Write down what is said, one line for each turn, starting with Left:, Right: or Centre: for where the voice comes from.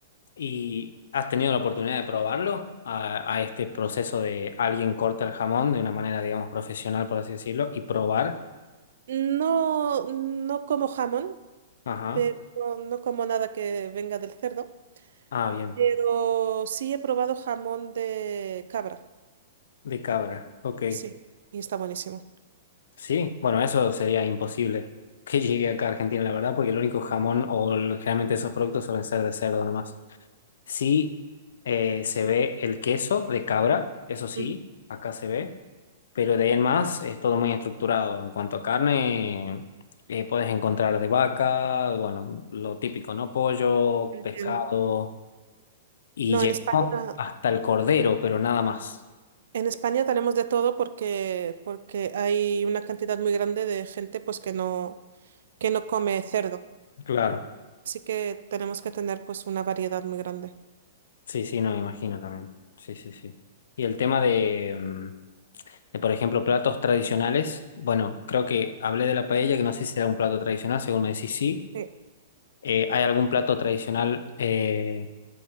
Left: ¿Y has tenido la oportunidad de probarlo a, a este proceso de alguien corta el jamón de una manera, digamos, profesional, por así decirlo, y probar?
Right: No, no como jamón,
Left: Ajá.
Right: pero no, no como nada que venga del cerdo.
Left: Ah, bien.
Right: Pero sí he probado jamón de cabra,
Left: De cabra. Ok.
Right: sí, y está buenísimo.
Left: Sí, bueno, eso sería imposible que llegue acá a Argentina, la verdad, porque el único jamón o el- generalmente esos productos suelen ser de cerdo nomás. Sí, eh, se ve el queso de cabra, eso sí,
Right: Ujú,
Left: acá se ve, pero de ahí en más es todo muy estructurado. En cuanto a carne, eh, puedes encontrar de vaca, bueno, lo típico, ¿no? Pollo,
Right: Entiendo.
Left: pescado, y
Right: No,
Left: llegamos
Right: en España,
Left: hasta el cordero, pero nada más.
Right: en España tenemos de todo porque, porque hay una cantidad muy grande de gente pues que no, que no come cerdo.
Left: Claro.
Right: Así que tenemos que tener pues una variedad muy grande.
Left: Sí, sí, no me imagino también. Sí, sí, sí. Y el tema de... mm, de, por ejemplo, platos tradicionales. Bueno, creo que hablé de la paella, que no sé si era un plato tradicional, según me decís sí.
Right: Sí,
Left: Eh, ¿hay algún plato tradicional eh,